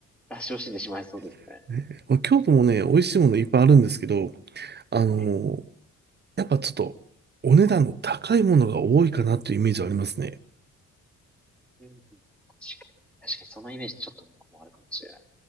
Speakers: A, in the centre; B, on the right.
A: 出し惜しんでしまいそうですね。
B: <laughs> ねまあ京都もね、美味しいものいっぱいあるんですけど、あの
A: え
B: やっぱちょっと、お値段の高いものが多いかなというイメージはありますね。
A: えうん確かに、確かにそのイメージちょっと僕もあるかもしれない。